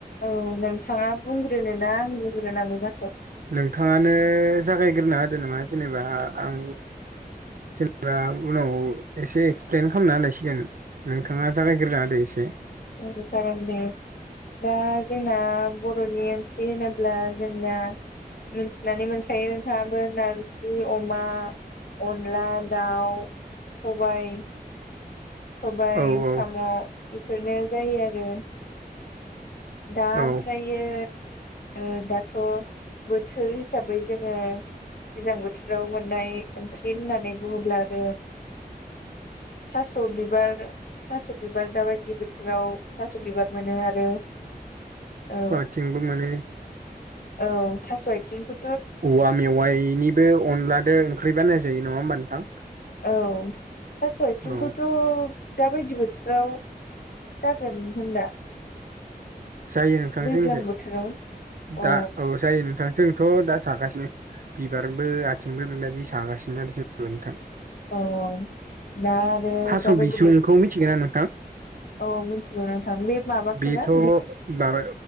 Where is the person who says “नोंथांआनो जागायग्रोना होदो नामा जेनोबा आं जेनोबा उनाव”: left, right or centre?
Right